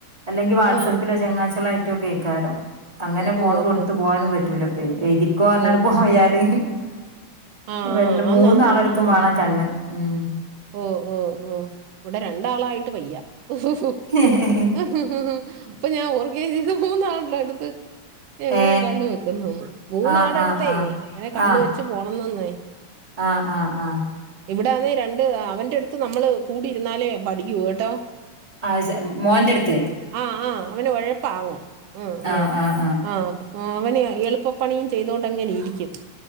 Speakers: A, on the right; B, on the right.
A: അല്ലെങ്കിൽ വാട്സ്
B: ആഹ്
A: അപ്പിലോ ചങ്ങാച്ചലോ ആയിറ്റൊക്കെ <unintelligible> അങ്ങനെ ഫോണ്
B: ഓഹോ
A: കൊടുത്ത് പോവാനും പറ്റൂല പേ എയ്തിക്കോ പറഞ്ഞണ്ട്
B: ഓ
A: പോയാല്
B: ആഹ്
A: വല്ല
B: ആഹ്
A: മൂന്നാളടുത്തും
B: ആന്ന് ആന്ന് ആഹ്
A: വേണം കണ്ണ് ഉം
B: ഓ ഓ ഓ ഇവിടെ രണ്ടാളായിട്ട് വയ്യ <unintelligible>
A: ഉം
B: <unintelligible> ഇപ്പൊ ഞാൻ <unintelligible> ഇത് മൂന്നാണല്ലോ <unintelligible> എങ്ങനെ
A: ഏ
B: കണ്ണ് വെക്കുന്നുന്ന് മൂന്നാടടുത്തേ
A: ആഹ് ആഹ് ആഹ്
B: അങ്ങനെ കണ്ണ്
A: ആഹ്
B: വെച്ചു പോണംന്നന്നേ
A: ആഹ് ആഹ് ആഹ്
B: ഇവിടുന്നേ രണ്ട് അവന്റെ അടുത്ത് നമ്മള് കൂടി ഇരുന്നാലേ പഠിക്കൂ കേട്ടോ
A: <unintelligible> മോന്റടുത്തേ
B: ആഹ് ആഹ് അവന് ഉഴപ്പാങ് ഉം ഉം
A: ആഹ് ആഹ്
B: ആഹ് അവന് എളുപ്പപണിയും ചെയ്ത് അതൊണ്ട് അങ്ങനെ ഇരിക്കും